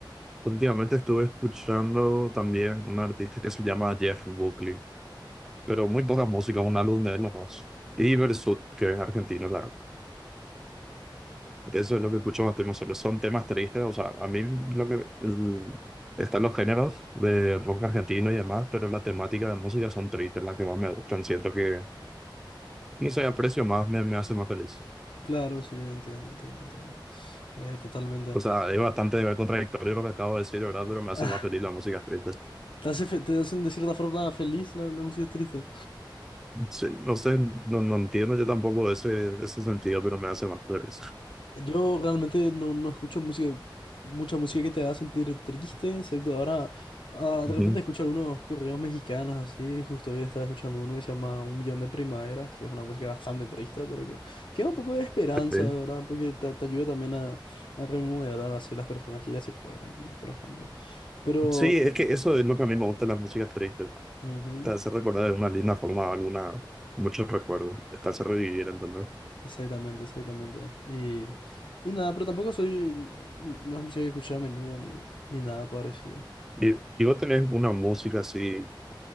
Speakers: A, in the centre; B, on the left.
A: últimamente estuve escuchando también un artista que se llama Jeff Buckley, pero muy poca música, un álbum de él nomás. Y Versus, que es argentino, Eso es lo que escucho más temas solo. Son temas tristes, o sea, a mí lo que el- están los géneros de rock argentino y demás, pero la temática de música son tristes, las que más me gustan. Siento que, no sé, aprecio más, me, me hace más feliz.
B: Claro, sí, entiendo, entiendo, entiendo. Eh, totalmente.
A: O sea,
B: <laughs>
A: es bastante contradictorio lo que acabo de decir, ¿verdad? Pero me
B: Ah,
A: hace más feliz la música triste.
B: te hace fe- te hacen de cierta forma feliz la, la música triste.
A: Sí, no sé, no, no entiendo yo tampoco ese, ese sentido, pero me hace más feliz.
B: Yo realmente no, no escucho música, mucha música que te haga sentir triste, excepto ahora, ah,
A: Ujú,
B: de repente escucho algunos corridos mexicanos así, justo hoy estaba escuchando uno que se llama Un Millón de Primaveras, que es una música bastante triste, pero que, que da un poco de esperanza,
A: Sí,
B: ¿verdad? Porque te, te ayuda también a, a remodelar así las personas que ya se fueron, por ejemplo. Pero,
A: Sí, es que eso es lo que a mí me gusta de las músicas tristes.
B: ujú,
A: Te hace recordar de una linda forma alguna, muchos recuerdos, te hace revivir, ¿entendés?
B: exactamente, exactamente. Y, y nada, pero tampoco soy, no es música que escuché a menudo ni, ni nada parecido.
A: Y, y vos tenés una música así,